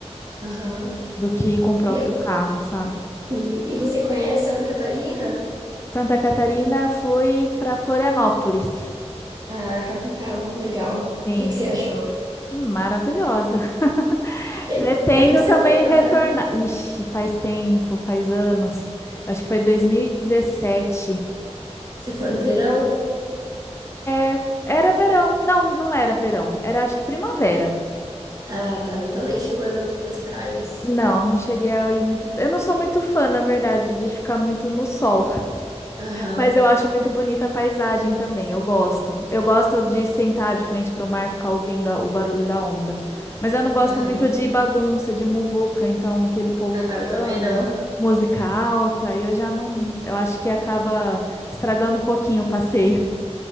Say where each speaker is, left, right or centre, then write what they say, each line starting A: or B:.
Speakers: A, on the right (about 35°); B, on the left (about 25°).
A: Aham.
B: do que com o próprio
A: E,
B: carro, sabe?
A: e, e você conhece Santa Catarina?
B: Santa Catarina, fui para Florianópolis.
A: Ah, capital. Legal. O
B: Sim.
A: que que você achou?
B: Maravilhosa. <laughs>
A: Que-
B: Pretendo
A: quando que você
B: também
A: foi pra
B: retornar.
A: lá?
B: Ixi, faz tempo, faz anos. Acho que foi 2017.
A: Você foi no verão?
B: É, era verão. Não, não era verão. Era acho que primavera.
A: Ah, tá. Então nem chegou aí muito pras praias.
B: Não, não cheguei a ir muito. pra- Eu não sou muito fã, na verdade, de ficar muito no sol.
A: Aham,
B: Mas eu acho muito bonita a paisagem também, eu gosto. Eu gosto de sentar de frente para o mar, ficar ouvindo a- o barulho da onda. Mas eu não gosto
A: aham.
B: muito de bagunça, de muvuca, então aquele povo
A: Ah,
B: falando,
A: eu também não.
B: música alta, e eu já não, eu acho que acaba estragando um pouquinho o passeio.